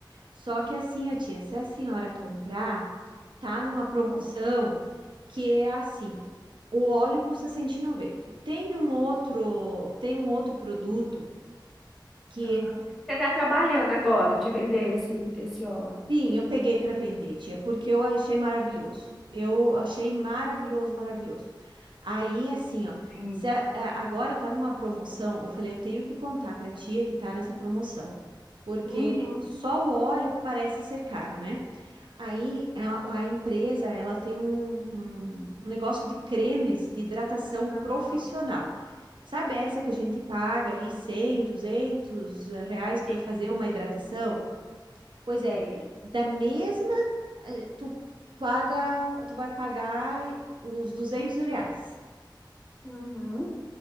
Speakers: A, on the right (about 75°); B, in the centre.
A: Só que assim, ó, tia, se a senhora comprar, tá numa promoção
B: Hum,
A: que é assim, o óleo custa cento e noventa Tem um outro, tem um outro produto que
B: aham. Você tá trabalhando agora de vender esse, esse óleo.
A: Sim, eu peguei para vender, tia, porque eu achei maravilhoso. Eu achei maravilhoso, maravilhoso. Aí, assim, ó,
B: Entendi.
A: se a- a- agora tá numa promoção, eu falei, eu tenho que contar para tia que tá nessa promoção, porque
B: Uhum.
A: só o óleo parece ser caro, né? Aí a, a empresa, ela tem um, um um negócio de cremes de hidratação profissional.
B: aham.
A: Sabe essa que a gente paga ali 100, 200 reais para
B: Sim,
A: fazer uma hidratação? Pois é,
B: sei.
A: e da mesma, eh, tu paga, tu vai pagar os 200 reais.
B: Uhum.